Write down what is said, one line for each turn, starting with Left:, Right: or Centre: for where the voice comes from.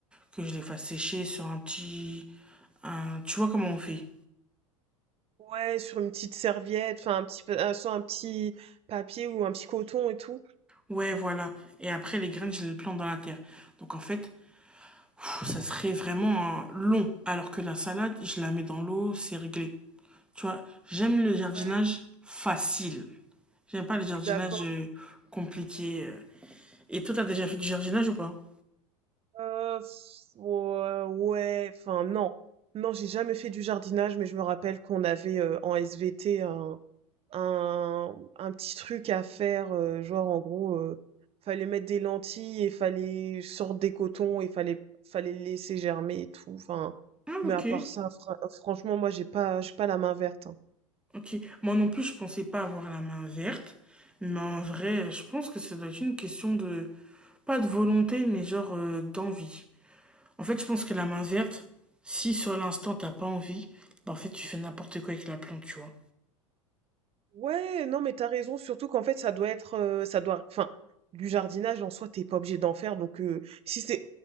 Centre: que je les fasse sécher sur un petit, un- tu vois comment on fait.
Right: Ouais, sur une petite serviette, enfin, un petit, peu- euh, soit un petit papier ou un petit coton et tout.
Centre: Ouais, voilà. Et après, les graines, je les plante dans la terre. Donc en fait, pff, ça serait vraiment un long. Alors que la salade, je la mets dans l'eau, c'est réglé. Tu vois, j'aime le jardinage
Right: Ouais,
Centre: facile. J'aime pas le jardinage,
Right: je suis d'accord.
Centre: heu, compliqué, heu et toi, t'as déjà fait du jardinage ou pas?
Right: Euh, pff, ouais, ouais, enfin, non. Non, j'ai jamais fait du jardinage, mais je me rappelle qu'on avait euh, en SVT un, un petit truc à faire, euh, genre en gros, euh, fallait mettre des lentilles et fallait sortir des cotons et fallait fallait le laisser germer et tout. Enfin,
Centre: Ah
Right: mais
Centre: OK,
Right: à part ça, fra- franchement, moi j'ai pas j'ai pas la main verte. hein.
Centre: OK. Moi non plus, je pensais pas avoir la main verte, mais en vrai, je pense que ça doit être une question de pas de volonté, mais genre, heu, d'envie. En fait, je pense que la main verte, si sur l'instant t'as pas envie, bah, en fait, tu fais n'importe quoi avec la plante, tu vois?
Right: Ouais, non mais t'as raison, surtout qu'en fait ça doit être euh, ça doit enfin du jardinage en soi t'es pas obligé d'en faire donc euh, si c'est